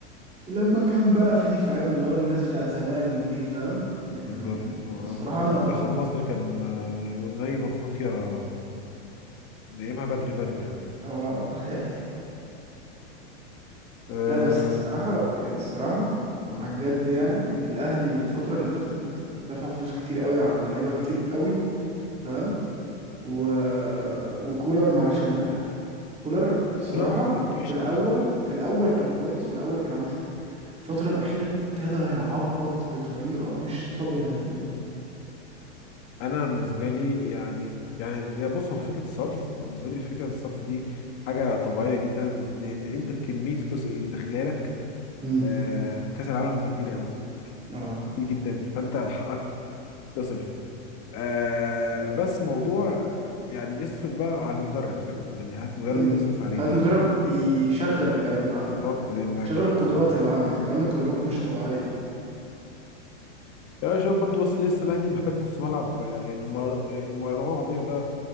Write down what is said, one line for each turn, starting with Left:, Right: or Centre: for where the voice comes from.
Right: لما كان بقى في فاهم اللي هو الناس بتاعت زمان دي فاهم لكن
Left: بالظبط اما
Right: الصراحه
Left: كان
Right: انا
Left: منتخب مصر كان آه، نايم افريقيا نقيمها بدري بدري يعني
Right: آه <laughs>
Left: أه...
Right: لا بس الصراحه الصراحه
Left: مم.
Right: على الجد يعني الاهلي الفتره اللي فاتت دفع فلوس كتير قوي على لعيبه كتير قوي فاهم و... وكولر ما عرفش يعمل اي حاجه كولر الصراحه
Left: كولر بجد وحش
Right: في الاول
Left: قوي
Right: في الاول كان كويس في الاول كان عامل شغل الفتره الاخيره ابتدى يعبط بطريقه مش طبيعيه
Left: انا بالنسبه لي يعني يعني بص هو فكره الصرف بالنسبه لي فكره الصرف دي حاجه طبيعيه جدا لان انت كميه الفلوس اللي داخله لك
Right: امم
Left: أه... من كاس العالم دي كبيره قوي
Right: اه
Left: كتير جدا فانت حقك تصرف أه... بس موضوع يعني يصرف بقى على المدرب فاهم يعني هات مدرب
Right: امم
Left: يصرف عليه
Right: هات مدرب
Left: يعني
Right: يشغل اللعيبه اللي عندك
Left: بالظبط لانك
Right: شغل القدرات اللي عندك انت عندك قدرات مش طبيعيه
Left: يا شباب برضو بس لسه الاهلي محتاج نص ملعب يعني مر- مروان عطيه ده